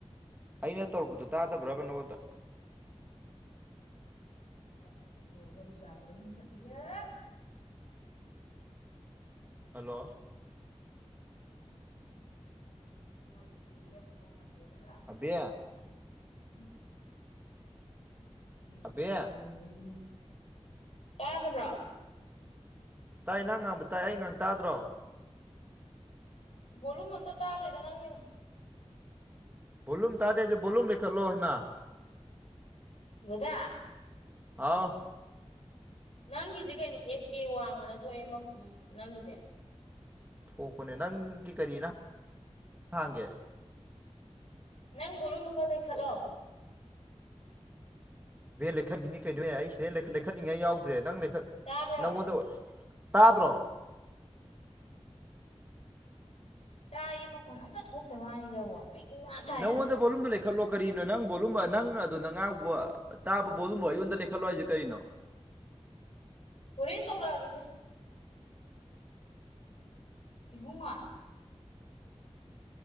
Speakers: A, on the right; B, on the left.
A: ꯑꯩꯅ ꯇꯧꯔꯛꯄꯗꯨ ꯇꯥꯗꯕ꯭ꯔꯕ ꯅꯥꯉꯣꯟꯗ
B: <unintelligible> <unintelligible>
A: ꯍꯜꯂꯣ
B: <unintelligible>
A: ꯑꯕꯦ
B: <unintelligible>
A: ꯑꯕꯦ
B: ꯇꯥꯗꯕ꯭ꯔꯣ
A: ꯇꯥꯏ ꯅꯪ ꯉꯥꯡꯕ ꯇꯥꯏ ꯑꯩ ꯉꯥꯡꯕ ꯇꯥꯗ꯭ꯔꯣ
B: ꯚꯣꯂꯨꯝ ꯑꯝꯇ ꯇꯥꯗꯦꯗ ꯅꯪꯒꯤꯗꯣ
A: ꯕꯣꯂꯨꯝ ꯇꯥꯗꯦꯁꯦ ꯕꯣꯂꯨꯝ ꯂꯩꯈꯠꯂꯣ ꯍꯩꯃꯥ
B: ꯗꯥꯗꯥ
A: ꯍꯥꯎ
B: ꯅꯪꯒꯤꯁꯦ ꯀꯩꯅꯣ ꯑꯦ ꯀꯦ ꯋꯥꯡ ꯍꯥꯅꯥ ꯊꯣꯛꯑꯦ ꯃꯪ ꯅꯪꯒꯤꯁꯦ
A: ꯄꯣꯛꯄꯅꯦ ꯅꯪꯒꯤ ꯀꯔꯤꯅ ꯍꯥꯡꯒꯦ
B: ꯅꯪ ꯕꯣꯂꯨꯝꯗꯣ ꯈꯔꯥ ꯂꯩꯈꯠꯂꯣ
A: ꯚꯦ ꯂꯩꯈꯠꯂꯤꯅꯤ ꯀꯩꯅꯣ ꯑꯦ ꯑꯩ ꯁꯤꯗꯩ ꯂꯩꯈꯠꯅꯤꯡꯉꯥꯏ ꯌꯥꯎꯗ꯭ꯔꯦ ꯅꯪ ꯂꯩꯈꯠ
B: ꯇꯥꯕ꯭ꯔꯣ
A: ꯅꯪꯉꯣꯟꯗ ꯇꯥꯗꯔꯣ
B: ꯇꯥꯏꯌꯦ ꯃꯈꯣꯟ ꯑꯝꯇ ꯊꯣꯛꯇ ꯋꯥꯅꯤꯗꯕꯣ ꯄꯤꯛꯅ ꯇꯥꯏ
A: ꯅꯉꯣꯟꯗ
B: ꯍꯥꯏꯕ
A: ꯕꯣꯂꯝꯗꯣ ꯂꯩꯈꯠꯂꯣ ꯀꯔꯤꯅꯣ ꯅꯪ ꯕꯣꯠꯂꯨꯝꯕ ꯅꯪ ꯑꯗꯨꯗ ꯉꯥꯡꯕ ꯇꯥꯕ ꯕꯣꯂꯨꯝꯕꯨ ꯑꯩꯉꯣꯟꯗ ꯂꯩꯈꯠꯂꯣ ꯍꯥꯏꯁꯦ ꯀꯩꯅꯣ
B: ꯍꯣꯔꯦꯟ ꯇꯧꯔꯛꯑꯒꯦꯁꯦ ꯏꯕꯨꯡꯉꯣ